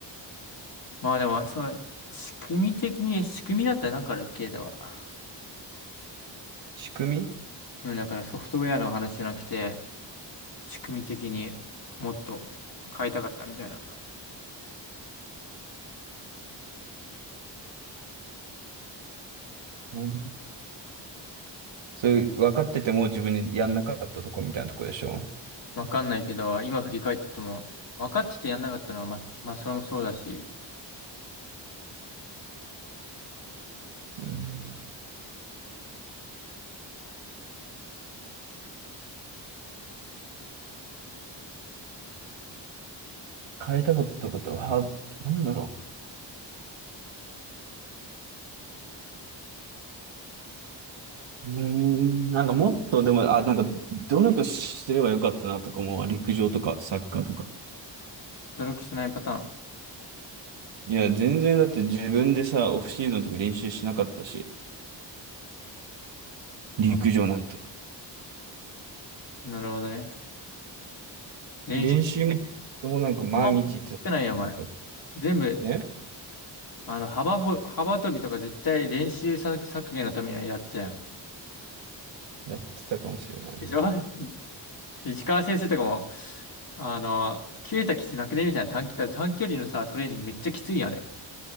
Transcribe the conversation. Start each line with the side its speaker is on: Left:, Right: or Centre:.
Left: まあでも、そう、仕組み的に、仕組みだったらなんかある、ケイタは。
Right: 仕組み
Left: うん、だからソフトウェアの話じゃなくて、仕組み的にもっと変えたかったみたいな。
Right: うんそういう分かってても自分にやんなかったとこみたいなとこでしょ。
Left: わかんないけど、今振り返っても、分かっててやんなかったのは、ま、まあ、それもそうだし、
Right: うん、変えたかったことは、なんだろう。うーん、なんかもっとでも、あ、なんか努力すればよかったなとかも陸上とかサッカーとか。
Left: 努力してないパタ
Right: いや、全然だって自分でさ、オフシーズンとか練習しなかったし、陸上なんて。
Left: ーン。あなるほどね。練習
Right: 練習も、もなんか毎日ってなんか、
Left: も少ないよ、お前。全部、
Right: え
Left: あの、幅ほ、幅跳びとか絶対練習削削減のためにやってたよ。
Right: やってたかもしれないね。
Left: でしょ <laughs> 市川先生とかも、あの、切れたきつなくねみたいな短期、短距離のさ、トレーニングめっちゃきついやん、あれ。